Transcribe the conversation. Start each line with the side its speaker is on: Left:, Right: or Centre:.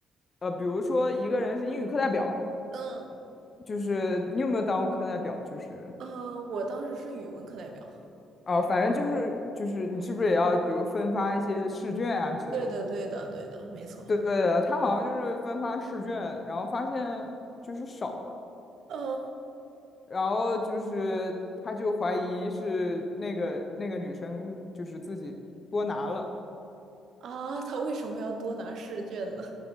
Left: 呃，比如说一个人是英语课代表，
Right: 嗯
Left: 就是你有没有当过课代表？就是，
Right: 呃，我当时是语文课代表。
Left: 哦、反正就是就是你是不是也要比如分发一些试卷啊之类的？
Right: 对的，对的，对的，没错。
Left: 对对对，他好像就是分发试卷，然后发现就是少了，
Right: 嗯，
Left: 然后就是他就怀疑是那个那个女生就是自己多拿了。
Right: 啊，他为什么要多拿试卷呢？